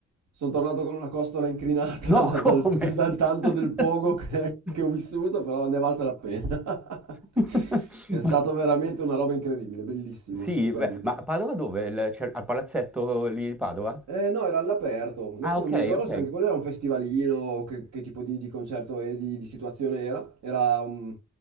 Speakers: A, on the right; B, in the centre.
A: Sono tornato con una costola incrinata
B: No,
A: <laughs> da-
B: come?
A: dal, dal tanto
B: <laughs>
A: del pogo che, che ho vissuto, però ne è valsa la pena. <laughs>
B: <laughs>
A: È stato
B: Ma-
A: veramente una roba incredibile, bellissimo,
B: Sì,
A: stupendo.
B: beh, ma a Padova dove? Il- c'è- al palazzetto lì di Padova?
A: Eh, no, era all'aperto. Adesso
B: Ah, ok,
A: non mi ricordo
B: ok.
A: se anche quello era un festivalino o che, che tipo di, di concerto e di, di situazione era. Era un...